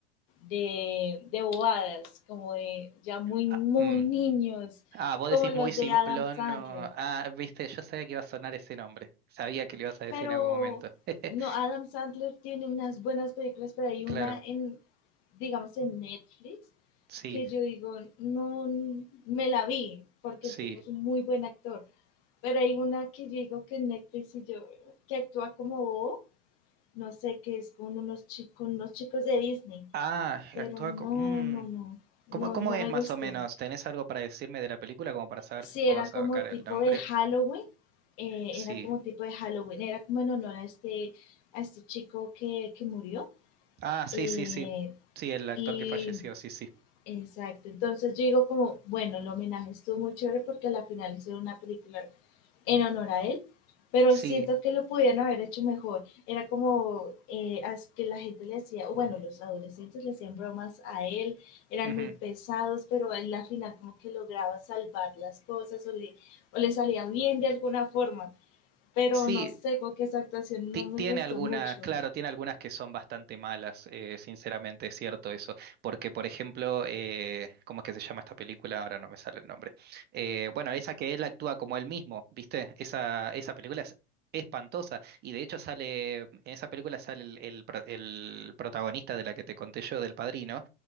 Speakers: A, on the left; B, on the right.
A: de, de bobadas, como de ya muy,
B: Ah,
A: muy
B: mm,
A: niños,
B: Ah, vos
A: como
B: decís
A: las
B: muy simplón.
A: de Adam Sandler.
B: no- Ah, viste, yo sabía que iba a sonar ese nombre. Sabía que lo ibas a decir
A: Pero
B: en algún momento. <laughs>
A: no, Adam Sandler tiene unas buenas películas, pero hay
B: Claro,
A: una en, digamos, en Netflix
B: sí,
A: que yo digo, no, me la vi, porque
B: sí.
A: el tipo es un muy buen actor Pero hay una que yo digo que en Netflix y yo, que actúa como Bobo, no sé, que es con unos chicos, unos chicos de Disney,
B: Ah, actúa
A: pero no,
B: como... mm,
A: no, no, no,
B: ¿Cómo, cómo
A: no
B: es
A: me
B: más
A: gustó.
B: o menos? ¿Tenés algo para decirme de la película como para saber
A: Sí,
B: si puedo
A: era
B: sacar
A: como tipo
B: el nombre?
A: de Halloween, eh,
B: Sí.
A: era como tipo de Halloween, era como en honor a este, a este chico que, que murió.
B: Ah, sí,
A: eh,
B: sí, sí. Sí, el actor
A: y
B: que falleció, sí, sí.
A: exacto, entonces yo digo como, bueno, el homenaje estuvo muy chévere porque al final hicieron una película en honor a él, pero
B: Sí.
A: siento que lo pudieran haber hecho mejor. Era como eh, que la gente le hacía, o bueno, los adolescentes le hacían bromas a él, eran
B: ujú.
A: muy pesados, pero al final como que lograba salvar las cosas o le, o le salía bien de alguna forma. Pero
B: Sí,
A: no sé, como que esa actuación
B: Ti-
A: no me
B: Tiene
A: gustó
B: algunas,
A: mucho.
B: claro, tiene algunas que son bastante malas, eh, sinceramente es cierto eso, porque por ejemplo, eh, ¿cómo es que se llama esta película? Ahora no me sale el nombre. Eh, bueno, esa que él actúa como él mismo, ¿viste? Esa, esa película es espantosa y de hecho sale, en esa película sale el, el pro- el protagonista de la que te conté yo, del Padrino,